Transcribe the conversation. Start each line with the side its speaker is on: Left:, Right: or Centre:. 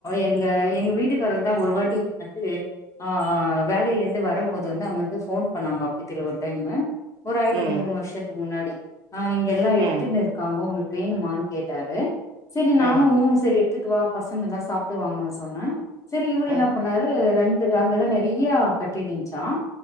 Left: எங்க எங்க வீட்டுக்காரர் தான் ஒரு வாட்டி வந்து ஆஹ் வேலையில இருந்து வரும்போது வந்து அங்க வந்து போன் பண்ணாங்க அப்பித்தல ஒரு டைமு ஒரு ஆயித்துக்கு
Right: ம்
Left: மூணு வருஷத்துக்கு முன்னாடி ஆஹ் இங்க எல்லாம்
Right: ம்
Left: எடுத்துனு இருக்காங்க ஒனக்கு வேணுமா கேட்டாரு சரி
Right: ம்
Left: நானும் உ சேரி எடுத்துட்டு வா பசங்கல்லாம் சாப்டு வாங்கன்னு சொன்னேன் சரி இவரு
Right: ம்
Left: என்ன பண்ணாரு ரெண்டு அங்க எல்லாம் நறைய கட்டிருச்சான்